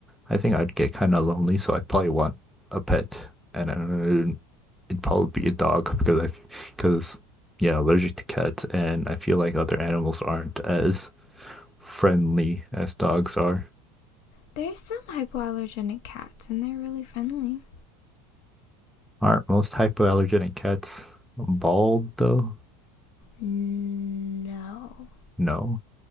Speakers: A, in the centre; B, on the left.
A: I think I'd get kind of lonely, so I'd probably want a pet, and uh, it'd probably be a dog because I, f- because yeah, allergic to cats, and I feel like other animals aren't as friendly as dogs are.
B: There's some hypoallergenic cats and they're really friendly.
A: Aren't most hypoallergenic cats bald though?
B: No,
A: No.